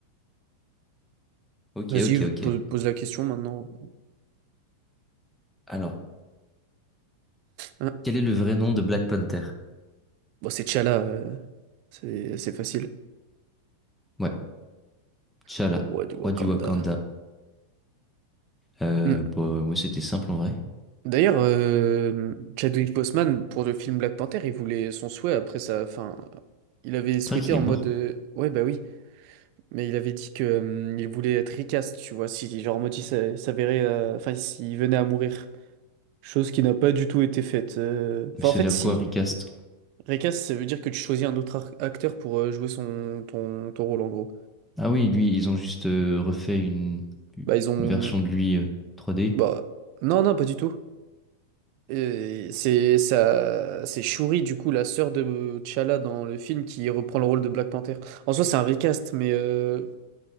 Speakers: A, in the centre; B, on the right.
A: ok,
B: Vas-y,
A: ok,
B: v-
A: ok.
B: pose, pose la question maintenant.
A: Alors,
B: Hein
A: quel est le vrai nom de Black Panther?
B: Bon, c'est T'Challa, euh, c'est c'est facile.
A: Ouais, T'Challa,
B: Le roi du
A: roi
B: Wakanda.
A: du Wakanda. Euh,
B: Hmm.
A: bah, ouais, c'était simple en vrai.
B: D'ailleurs, euh, Chadwick Boseman, pour le film Black Panther, il voulait son souhait après sa fin. Il avait souhaité
A: C'est vrai qu'il
B: en
A: est mort.
B: mode. euh, ouais, bah oui. Mais il avait dit que, hum, il voulait être recast, tu vois, si, genre, en mode, il s'a- il s'avérait. euh, Enfin, s'il venait à mourir. Chose qui n'a pas du tout été faite. euh.
A: Mais
B: Enfin,
A: ça
B: en fait,
A: veut dire
B: si.
A: quoi, recast?
B: Recast, ça veut dire que tu choisis un autre ar- acteur pour euh, jouer son ton, ton rôle en gros.
A: Ah oui, lui, ils ont juste euh, refait une,
B: Bah ils ont
A: une version de lui euh, 3D.
B: bah non non pas du tout. Euh, c'est ça c'est Shuri du coup la sœur de T'Challa dans le film qui reprend le rôle de Black Panther. En soi c'est un recast mais euh,